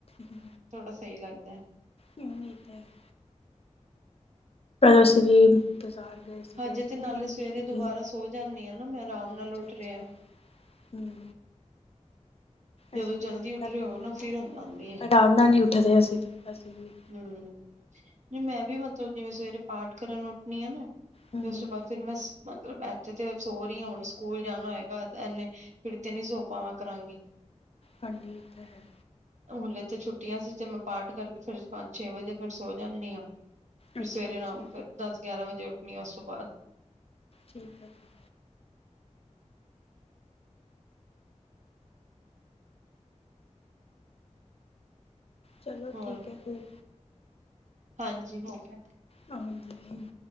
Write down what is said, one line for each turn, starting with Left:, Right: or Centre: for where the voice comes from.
Left: ਜੀ
Right: ਥੋੜਾ ਸਹੀ ਲੱਗਦਾ
Left: ਇਹ ਤੇ ਹੈ ਅਸੀ ਵੀ ਬਾਜ਼ਾਰ ਗਏ ਸੀਗੇ
Right: ਹਜੇ ਤੇ ਨਾਲੇ
Left: ਮੈਨੂੰ
Right: ਸਵੇਰੇ
Left: ਇੰਨੀ
Right: ਦੁਬਾਰਾ
Left: ਨੀਂਦ
Right: ਸੋ ਜਾਂਦੀ ਹ ਨਾ ਮੈਂ ਆਰਾਮ ਨਾਲ
Left: ਅੱਛਾ
Right: ਉੱਠ
Left: ਅੱਛਾ
Right: ਰਿਹਾ
Left: ਹਮ
Right: ਜਦੋਂ
Left: ਅਸੀਂ
Right: ਜਲਦੀ
Left: ਘਰ
Right: ਉੱਠ ਰਹੇ
Left: ਜਾਂਦੇ
Right: ਹੋ ਨਾ ਫਿਰ ਨੀਂਦ ਆਂਦੀ ਐ।
Left: ਅਰਾਮ ਨਾਲ ਨੀ ਉੱਠਦੇ ਅਸੀਂ ਵੀ
Right: ਹਮ, ਮੈਂ ਵੀ ਮਤਲਬ ਜਿਵੇਂ ਸਵੇਰੇ ਪਾਠ ਕਰਨ ਉੱਠਣੀ ਆ ਨਾ
Left: ਹਮ
Right: ਤੇ ਉਸ
Left: ਹਮ
Right: ਤੋਂ ਬਾਅਦ ਫਿਰ ਮੈਂ ਮਤਲਬ ਇੱਥੇ ਤੇ ਸੋਹ ਰਹੀ ਹ ਹੁਣ ਸਕੂਲ ਜਾਣਾ ਹੋਗਾ ਇਨੇ। ਫਿਰ ਤੇ ਨੀ ਸੌ ਪਾਵਾਂ ਕਰਾਂਗੀ
Left: ਹਾਂਜੀ ਇਹ ਤਾਂ ਹੈ
Right: ਹੋਲੇ ਤੇ ਛੁੱਟੀਆਂ ਸੀ ਤੇ ਮੈਂ ਪਾਠ ਕਰਕੇ ਫਿਰ ਪੰਜ ਛੇ ਵਜੇ ਫਿਰ ਸੋ ਜਾਂਦੀ ਹਾਂ ਫਿਰ
Left: ਅੱਛਾ
Right: ਸਵੇਰੇ
Left: ਅੱਛਾ
Right: ਆਰਾਮ ਫਿਰ ਦਸ ਗਿਆਰਾਂ ਵਜੇ ਉੱਠਣੀ ਉਸ ਤੋਂ ਬਾਅਦ
Left: ਠੀਕ ਹੈ ਜੀ ਚਲੋ
Right: ਹੋਰ
Left: ਠੀਕ ਹੈ ਫਿਰ
Right: ਹਾਂਜੀ ਹੋ ਗਿਆ
Left: ਹਾਂਜੀ